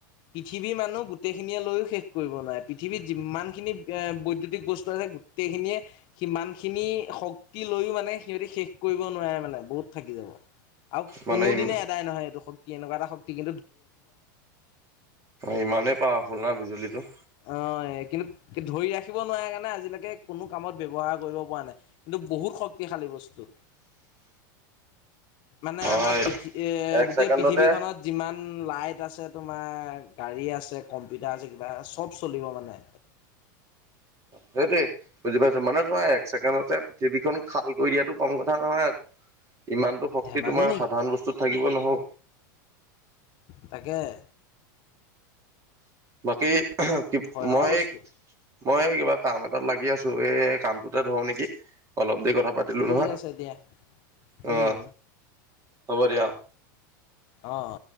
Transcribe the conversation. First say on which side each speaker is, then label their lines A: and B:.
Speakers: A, on the left (about 45°); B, on the right (about 30°).
A: পৃথিৱী মানুহ গোটেইখিনিয়ে লৈও শেষ কৰিব নোৱাৰে পৃথিৱীত যিমান খিনি এ বৈদ্য়ুতিক বস্তু আছে গোটেইখিনিয়ে সিমান খিনি শক্তি লৈও মানে সিহঁতি শেষ কৰিব নোৱাৰে মানে বহুত থাকি যাব। আৰু
B: মানে
A: কোনোদিনে
B: ই
A: এটাই নহয় এইটো শক্তি
B: ইমানেই পাৱাৰ ফুল না বিজুলীটো।
A: অ' কিন্তু ধৰি ৰাখিব নোৱাৰে কাৰণে আজিলৈকে কোনো কামত ব্যয়ৱহাৰ কৰিব পৰা নাই। কিন্তু বহুত শক্তিশালী বস্তু মানে
B: অ',
A: আমাৰ পৃথি, এ,
B: এক
A: গোটেই
B: ছেকেণ্ডতে
A: পৃথিৱীখনত যিমান লাইট আছে তোমাৰ গাড়ী আছে, কম্পিউটাৰ আছে, কিবা চব চলিব মানে।
B: সেইটোৱে বুজি পাইছো। মানে ধৰা এক ছেকেণ্ডতে পৃথিৱীখন খাল কৰি দিয়াটো কম কথা নহয় আক। ইমানতটো শক্তি
A: ধেমালি
B: তোমাৰ সাধাৰণ বস্তুত থাকিব নহও।
A: তাকেহে।
B: বাকী,
A: ভয় লগা
B: মই
A: বস্তু
B: মই কিবা কাম এটাত লাগি আছো এ কামটোতে ধৰো নেকি, অলপ দেৰি কথা পাতিলো
A: ঠিক
B: নহয়।
A: আছে দিয়া
B: অঁ,
A: উম
B: হ'ব দিয়া।
A: অঁ।